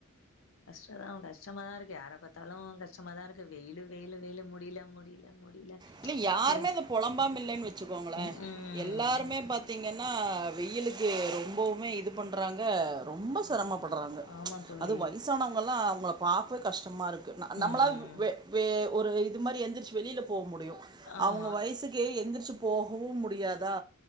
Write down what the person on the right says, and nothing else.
இல்ல யாருமே
இத பொலம்பாம இல்லன்னு வெச்சிக்கோங்கலே
எல்லாருமே பாத்தீங்கன் னா வெயிலுக்கு ரொம்பவுமே இது பண்றாங்க ரொம்ப. ரொம்ப செரமப்பட்றாங்க
அது வயசானவங்கல்லா அவங்கள பாக்கவே கஷ்டமா இருக் ந நம்மளாது
வெ வெ ஒரு இது மாரி எந்திரிச்சி வெளியில போ முடியு
அவுங்க வயசுக்கே எந்திரிச்சு. போகவு முடியாதா